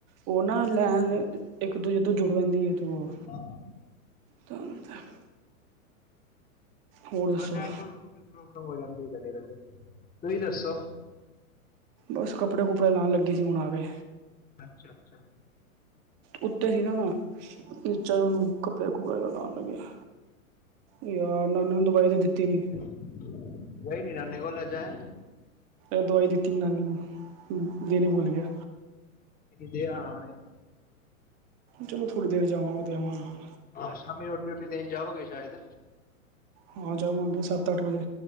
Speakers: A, on the right; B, on the left.
A: ਓ ਨਾ ਲੈਨ
B: ਹਾਂ
A: ਇੱਕ ਦੂਜੇ ਤੋ ਜੁੜ ਲੈਂਦੀ ਐ। ਓ
B: ਹਾਂ
A: ਤਵੀ ਤਾਵ ਹੋਰ ਦੱਸੋ
B: ਬਸ ਨੈੱਟਵਰਕ ਪ੍ਰੌਬਲਮ ਹੋ ਜਾਂਦੀ ਐ ਕਦੇ ਕਦੇ ਤੁਸੀ ਦੱਸੋ?
A: ਬਸ ਕਪੜੇ ਕੁੱਪੜੇ ਲਾਨ ਲੱਗੇ ਸੀ ਹੁਣ ਆ ਗਏ।
B: ਅੱਛਾ ਅੱਛਾ
A: ਉੱਤੇ ਸੀ ਨਾ ਮੈਂ। ਚਲ ਓਨੂੰ ਕੱਪੜੇ-ਕੁੱਪੜੇ ਦਾ ਅਰਾਮ ਮਿਲਆ। ਯਾਰ ਨਾਨੀ ਨੂੰ ਦਵਾਈ ਤੇ ਦਿੱਤੀ ਨੀ
B: ਗਯੇ ਨੀ ਨਾਂਨੇ ਕੋਲ ਅੱਜ ਐ?
A: ਦਵਾਈ ਦਿੱਤੀ ਨੀ ਨਾਨੀ ਨੂੰ ਦੇਨੀ ਪੁਲ ਗਿਆ
B: ਦੇ ਆਣਾ ਹੁਣੇ
A: ਚਲੋ ਥੋੜੀ ਦੇਰ ਜਾਵਾਂਗਾ ਦੇ ਆਵਾਗਾ।
B: ਅ ਸ਼ਾਮੀ ਰੋਟੀ-ਰੋਟੀ ਦੇਨ ਜਾਓਗੇ ਸ਼ਾਇਦ
A: ਹਾਂ ਜਾਵਾਂਗੇ ਸਤ ਅਠ ਵਜੇ।